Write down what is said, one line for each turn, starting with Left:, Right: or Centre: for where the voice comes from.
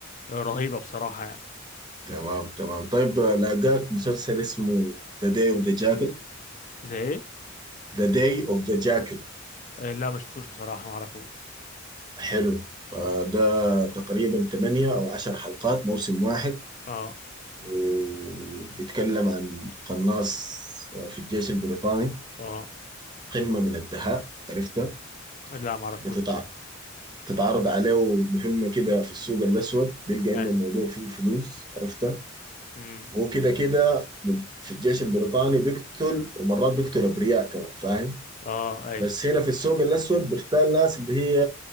Left: رهيبه بصراحه يعني
Right: تمام تمام طيب آه، لاقاك مسلسل اسمه ذا داي اوف ذا جاكل
Left: زي ايه
Right: ذا داي اوف ذا جاكل
Left: آه، لا ما شفتوش بصراحه ما اعرفوش
Right: حلو فده
Left: مم.
Right: تقريبا 8 أو 10 حلقات موسم واحد
Left: اه
Right: وبيتكلم عن قناص في الجيش البريطاني
Left: اه
Right: قمة من الدهاء عرفتها
Left: لا ما اعرفوش
Right: بتتع...
Left: بصراحة
Right: بتتعرض عليه مهمة كده في السوق الأسود بيلقى إنه
Left: اي
Right: الموضوع فيه فلوس عرفتها
Left: مم. مم.
Right: وهو كده كده في الجيش البريطاني بيقتل ومرات بيقتل أبرياء كمان فاهم
Left: اه اي
Right: بس هنا في السوق الأسود بيختال ناس اللي هي